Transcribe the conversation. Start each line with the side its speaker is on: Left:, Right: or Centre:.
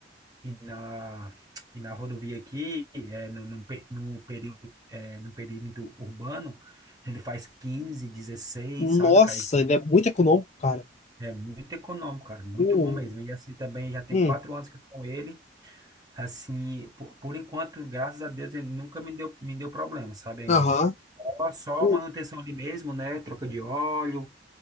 Right: e na, e na rodovia aqui, é, no, no, pe- no, período, é, no perímetro urbano, ele faz 15 16
Left: Nossa,
Right: sabe, cara?
Left: ele é muito econômico, cara.
Right: É muito econômico, cara, muito
Left: O.
Right: bom mesmo. E assim também já tem
Left: Hum.
Right: quatro anos que eu tô com ele. Assim, por, por enquanto, graças a Deus, ele nunca me deu, me deu problema, sabe, ainda.
Left: Aham.
Right: Só, só
Left: O.
Right: manutenção ali mesmo, né? Troca de óleo,